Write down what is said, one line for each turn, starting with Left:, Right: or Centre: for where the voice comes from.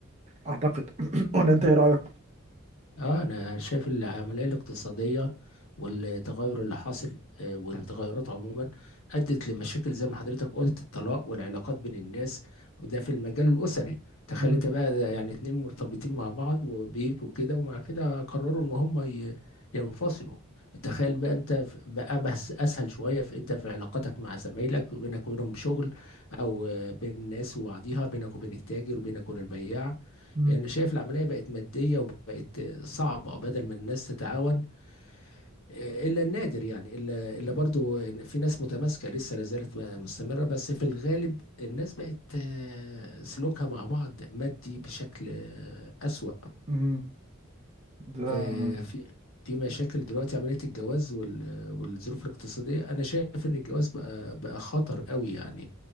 Right: اعتقد <clears throat> ولا انت ايه رايك
Left: اه انا شايف العمليه الاقتصاديه والتغير اللي حاصل آه، والتغيرات عموما ادت لمشاكل زي ما حضرتك قلت الطلاق والعلاقات بين الناس وده في المجال الاسري تخيل
Right: مم.
Left: انت بقى ده يعني اتنين مرتبطين مع بعض وبيت وكده ومع كده قرروا ان هم ي- ينفصلوا تخيل بقى انت ف- بقى بس اسهل شويه في انت في علاقتك مع زمايلك بينك وبينهم شغل او آه، بين الناس وبعضيها بينك وبين التاجر وبينك وبين البياع
Right: مم.
Left: يعني شايف العملية بقت مادية وبقت صعبة بدل ما الناس تتعاون آه، إلا النادر يعني إلا إلا برضو إن في ناس متماسكة لسه لا زالت م- مستمرة بس في الغالب الناس بقت آه، سلوكها مع بعض مادي بشكل آه، أسوأ
Right: مم. ده
Left: آه، في في مشاكل دلوقتي عملية الجواز وال- والظروف الاقتصادية أنا شايف إن الجواز بقى بقى خطر قوي يعني